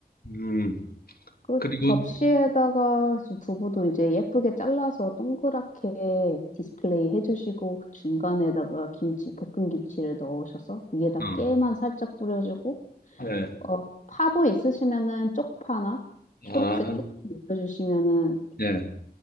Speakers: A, on the left; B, on the left.
A: 음,
B: 그
A: 그리고,
B: 접시에다가 두부도 이제 예쁘게 잘라서 동그랗게 디스플레이 해주시고, 그 중간에다가 김치, 볶은 김치를 넣으셔서 위에다
A: 어,
B: 깨만 살짝 뿌려주고,
A: 예,
B: 어, 파도 있으시면은 쪽파나 초록색
A: 아,
B: 쪽파 올려주시면은
A: 예,